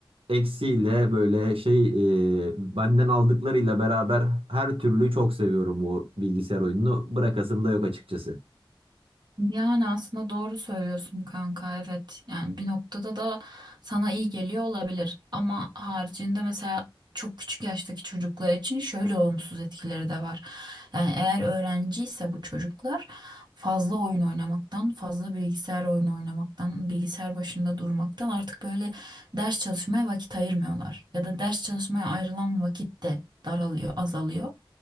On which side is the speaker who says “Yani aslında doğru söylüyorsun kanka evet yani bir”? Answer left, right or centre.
Right